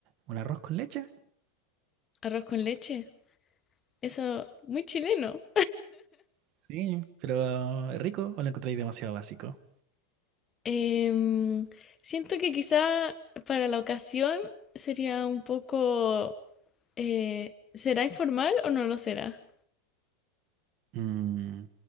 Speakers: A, on the right (about 35°); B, on the left (about 20°).
A: ¿Un arroz con leche?
B: ¿Arroz con leche? Eso, muy chileno.
A: Sí, pero ¿es rico o lo encontráis demasiado básico?
B: Em, siento que quizá para la ocasión sería un poco... eh, ¿será informal o no lo será?
A: Mm,